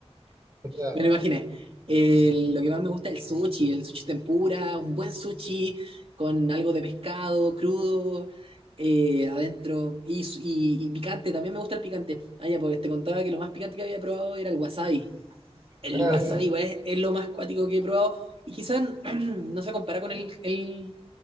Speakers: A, on the right; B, on the right.
A: O sea,
B: Me lo imaginé. El- lo que más me gusta es el sushi, el sushi tempura, un buen sushi con algo de pescado crudo eh, adentro y, su- y- y picante. También me gusta el picante. Ah, ya, porque te contaba que lo más picante que había probado era el wasabi. El
A: ah,
B: wasabi
A: sí.
B: igual es, es lo más cuático que he probado y quizás <clears throat> no se compara con el, el,